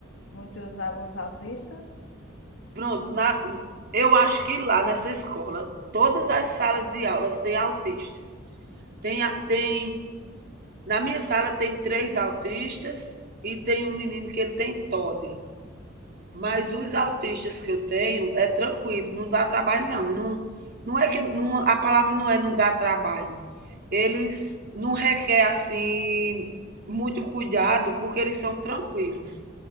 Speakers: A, on the left; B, on the right.
A: muitos alunos autistas.
B: Pronto, na, eu acho que lá nessa escola, todas as salas de aulas têm autistas. Tem, a- tem, na minha sala tem três autistas e tem um menino que ele tem TOD. Mas os autistas que eu tenho é tranquilo, não dá trabalho não. Não, não é que não- a palavra não é não dá trabalho. Eles não requer assim muito cuidado porque eles são tranquilos.